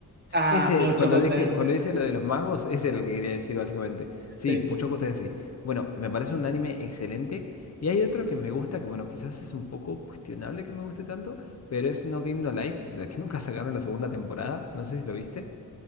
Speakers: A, on the right (about 30°); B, on the left (about 50°).
A: Ah,
B: Ese,
A: mucho
B: cuando
A: Gotense.
B: dije, cuando dice lo de los magos, ese es el que quería decir básicamente.
A: Este,
B: Sí, Mushoku Tensei. Bueno, me parece un anime excelente. Y hay otro que me gusta, que bueno, quizás es un poco cuestionable que me guste tanto, pero es No Game No Life, del que <laughs> nunca sacaron la segunda temporada. No sé si lo viste.